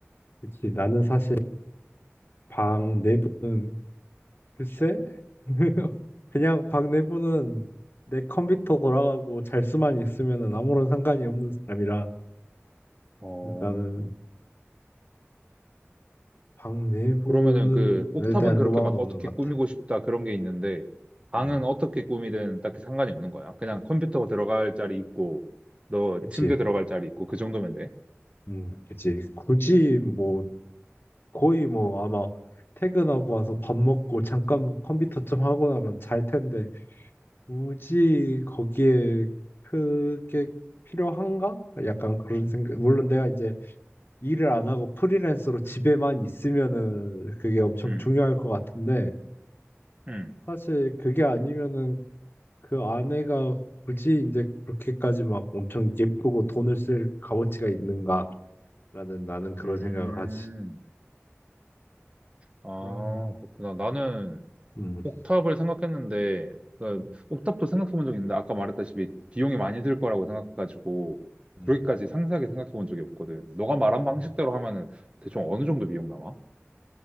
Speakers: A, on the left; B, on the right.
A: 그치. 나는 사실 방 내부는 글쎄, <laughs> 그냥 방 내부는 내 컴퓨터 돌아가고 잘 수만 있으면은 아무런 상관이 없는 사람이라
B: 어,
A: 나는 방 내부는
B: 그러면은 그 옥탑은
A: 에 대한
B: 그렇게
A: 로망은
B: 막
A: 없는
B: 어떻게
A: 것
B: 꾸미고
A: 같아.
B: 싶다 그런 게 있는데 방은
A: 어,
B: 어떻게 꾸미든 딱히 상관이 없는 거야. 그냥 컴퓨터 들어갈 자리 있고 너
A: 그치.
B: 침대 들어갈 자리 있고 그 정도면 돼.
A: 음, 그치. 굳이 뭐 거의 뭐 아마 퇴근하고 와서 밥 먹고 잠깐 컴퓨터 좀 하고 나면 잘 텐데 굳이 거기에 그게 필요한가? 약간 그런 생각. 물론 내가 이제 일을 안 하고 프리랜서로 집에만 있으면은 그게 엄청
B: 음,
A: 중요할 것 같은데
B: 음,
A: 사실 그게 아니면은 그 아내가 굳이 이제 그렇게까지 막 엄청 예쁘고 돈을 쓸 값어치가 있는가라는 나는 그런
B: 음.
A: 생각을 하지.
B: 아,
A: 그래서
B: 그렇구나. 나는
A: 음.
B: 옥탑을 생각했는데 그
A: 음.
B: 옥탑도 생각해 본 적 있는데 아까 말했다시피 비용이 많이 들 거라고 생각해가지고
A: 음.
B: 그렇게까지 상세하게 생각해 본 적이 없거든. 너가 말한 방식대로
A: 음.
B: 하면은 대충 어느 정도 비용 나와?